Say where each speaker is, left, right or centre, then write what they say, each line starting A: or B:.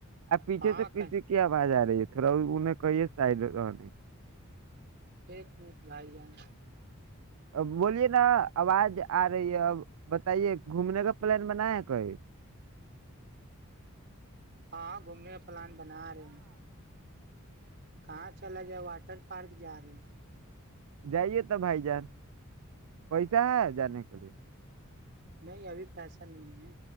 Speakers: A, on the right (about 75°); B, on the right (about 50°).
A: اب پیچھے
B: ہاں
A: تو پیھ
B: کہیں
A: کی آواز آ رہی ہے تھی تھرا ہ انے کہئیے سائڈ رہنے
B: ایک م ایک بھائی جان
A: ا بولیے نا آواز آ رہی ہے اب بتائیے گھومنے کا پلان بنایا کوئی
B: ہاں گھومنے پ ل پ ن رہ کہاں چلا جائے واٹر پارک جا رہے ہیں
A: جائیے تو بھائی جان پیسہ ہے جانے کے لیے
B: نہیں ابھی پیسہ نہیں ہے